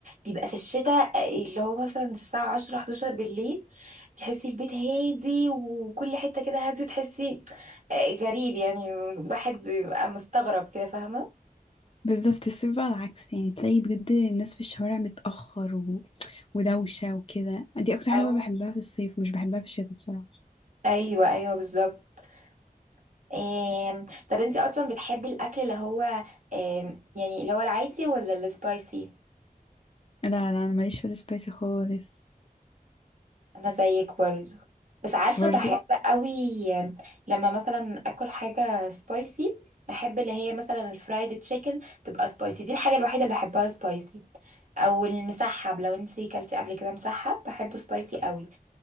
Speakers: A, on the right; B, on the left.
A: بيبقى في الشتاء آه، اللي هو مثلا الساعه 10 11 بالليل تحسي البيت هادي وكل حته كده هادي تحسي آه، غريب يعني واحد بيبقى مستغرب كده فاهمه
B: بالظبط الصيف بقى العكس يعني تلاقي بجد الناس في الشوارع متأخر و... ودوشة وكده دي أكتر
A: اه
B: حاجة بقى بحبها في الصيف مش بحبها في الشتاء بصراحة
A: ايوه ايوه بالظبط آم، طب انتي اصلا بتحبي الاكل اللي هو آم، يعني اللي هو العادي ولا السبايسي
B: لا لا أنا ماليش في السبايسي خالص
A: انا زيك برضو بس عارفه
B: برضو
A: بحب قوي لما مثلا اكل حاجه سبايسي بحب اللي هي مثلا الفرايد تشيكن تبقى سبايسي دي الحاجه الوحيده اللي احبها سبايسي او المسحب لو انتي كلتي قبل كده مسحب بحبه سبايسي قوي